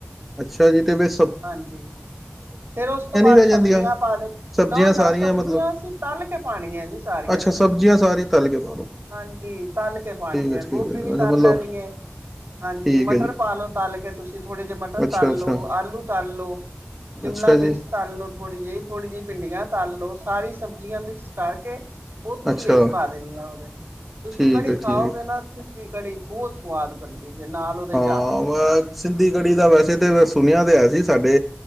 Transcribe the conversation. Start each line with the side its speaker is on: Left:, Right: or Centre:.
Centre: ਅੱਛਾ ਜੀ ਤੇ ਵਿੱਚ ਸਬ।
Right: ਹਾਂਜੀ। ਫੇਰ ਉਸ ਤੋਂ ਬਾਅਦ
Centre: ਰਹਿ
Right: ਸਬਜ਼ੀਆਂ
Centre: ਜਾਂਦੀਆਂ
Right: ਪਾ ਦੇ
Centre: ਸਬਜ਼ੀਆਂ
Right: ਨਾ ਨਾ
Centre: ਸਾਰੀਆਂ
Right: ਸਬਜ਼ੀਆਂ
Centre: ਮਤਲਬ
Right: ਅਸੀਂ ਤਲ ਕੇ ਪਾਣੀਆਂ ਜੀ ਸਾਰੀ।
Centre: ਅੱਛਾ ਸਬਜ਼ੀਆਂ ਸਾਰੀ ਤਲ ਕੇ ਪਾ ਲਓ।
Right: ਹਾਂਜੀ ਤਲ ਕੇ ਪਾਣੀ
Centre: ਠੀਕ
Right: ਹੈ
Centre: ਠੀਕ
Right: ਗੋਭੀ ਵੀ ਤਲ
Centre: ਅੱਛਾ ਮਤਲਬ
Right: ਲੈਣੀ ਹੈ। ਹਾਂਜੀ
Centre: ਠੀਕ
Right: ਮਟਰ।
Centre: ਹੈ ਜੀ
Right: ਪਾ ਲੋ ਤਲ ਕੇ ਤੁਸੀਂ ਥੋੜੇ ਜਿਹੇ ਮ। ਮਟਰ
Centre: ਅੱਛਾ
Right: ਤਲ
Centre: ਅੱਛਾ
Right: ਲੋ, ਆਲੂ ਤਲ ਲੋ, ਸ਼ਿਮਲਾ
Centre: ਅੱਛਾ
Right: ਮਿਰਚ
Centre: ਜੀ
Right: ਤਲ ਲੋ, ਥੋੜ੍ਹੀ ਜਿਹੀ ਥੋੜ੍ਹੀ ਜਿਹੀ ਭਿੰਡੀਆਂ। ਤਲ ਲੋਂ। ਸਾਰੀ ਸਬਜ਼ੀਆਂ ਮਿਕਸ ਕਰਕੇ। ਉਹ ਤੁਸੀਂ
Centre: ਅੱਛਾ
Right: ਵਿੱਚ ਪਾ ਦੇਣੀ ਆ ਉਹਦੇ। ਤੁਸੀਂ
Centre: ਠੀਕ
Right: ਕੜੀ
Centre: ਹੈ
Right: ਖਾਓਗੇ
Centre: ਠੀਕ ਹੈ
Right: ਨਾ। ਦੀ ਕੜੀ ਬਹੁਤ ਸਵਾਦ ਬਣਦੀ। ਠੀਕ ਹੈ ਨਾਲ। ਉਹਦੇ
Centre: ਹਾਂ।
Right: ਚਾਵਲ
Centre: ਸਿੱਧੀ ਕੜੀ ਦਾ ਵੈਸੇ ਤਾਂ ਸੁਣਿਆ ਤਾਂ ਹੈ ਸੀ ਸਾਡੇ।